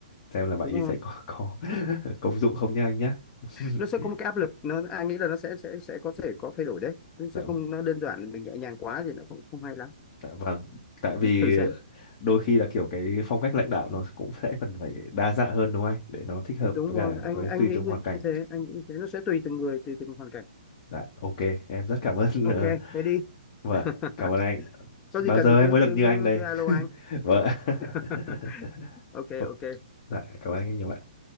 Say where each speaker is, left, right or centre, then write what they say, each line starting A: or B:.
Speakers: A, on the left; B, on the left.
A: xem là bạn
B: đúng
A: y
B: không
A: sẽ có có <laughs> công dụng không nha anh nhá. <laughs>
B: nó sẽ có một cái áp lực nó anh nghĩ là nó sẽ sẽ sẽ có thể có thay đổi đấy nó sẽ
A: Dạ,
B: không nó đơn giản mình nhẹ nhàng quá thì nó cũng không hay lắm
A: dạ vâng. Tại vì
B: thử xem
A: đôi khi là kiểu cái phong cách lãnh đạo nó cũng sẽ phần phải đa dạng hơn đúng không anh? Để nó thích hợp
B: đúng
A: với
B: rồi
A: cả
B: anh
A: với
B: anh
A: tùy
B: nghĩ
A: từng
B: như
A: hoàn cảnh.
B: thế anh nghĩ như thế nó sẽ tùy từng người tùy từng hoàn cảnh
A: Dạ, ok, em rất cảm ơn
B: ok
A: <laughs> ờ,
B: thế đi
A: Vâng,
B: <laughs>
A: ạ, cảm ơn anh.
B: có
A: Bao
B: gì cần
A: giờ
B: thì
A: em
B: cứ
A: mới được
B: cứ
A: như anh
B: cứ,
A: đây?
B: cứ alo anh
A: <laughs> Vâng. ạ.
B: <laughs>
A: <laughs>
B: ok
A: Ồ,
B: ok
A: Dạ, cảm ơn anh nhiều ạ.